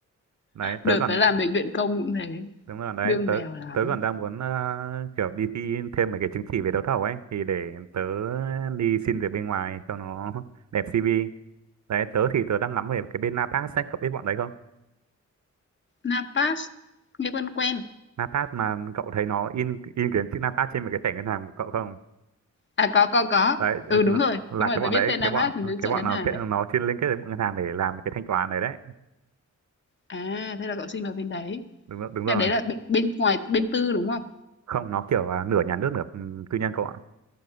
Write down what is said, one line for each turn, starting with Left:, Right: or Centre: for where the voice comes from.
Right: đấy
Left: Đợt
Right: tớ còn
Left: tới làm bệnh viện công cũng thế,
Right: Đúng rồi đấy,
Left: bương
Right: tớ
Left: bèo lắm.
Right: tớ còn đang muốn ờ, kiểu đi thi thêm mấy cái chứng chỉ về đấu thầu ấy thì để tớ đi xin việc bên ngoài cho nó <laughs> đẹp CV. Đấy, tớ thì tớ đang ngắm về cái bên Napas ấy, cậu biết bọn đấy không?
Left: Napas, nghe quen quen.
Right: Napas mà cậu thấy nó in in cái chữ Napas trên một cái thẻ ngân hàng của cậu không?
Left: À, có, có, có.
Right: Đấy
Left: Ừ, đúng rồi,
Right: là
Left: đúng
Right: cái
Left: rồi, tôi
Right: bọn
Left: biết
Right: đấy,
Left: tên
Right: cái
Left: Napas
Right: bọn
Left: là nước
Right: cái
Left: chảy
Right: bọn
Left: ngắn
Right: nó
Left: Hàn
Right: kết
Left: đấy.
Right: nó chuyên liên kết với bọn ngân hàng để làm cái thanh toán đấy đấy.
Left: À, thế là cậu sinh vào bên đấy.
Right: Đúng rồi, đúng rồi.
Left: Nhà đấy là bên, bên ngoài, bên tư đúng không?
Right: Không, nó kiểu à, nửa nhà nước nửa ừ, tư nhân cậu ạ.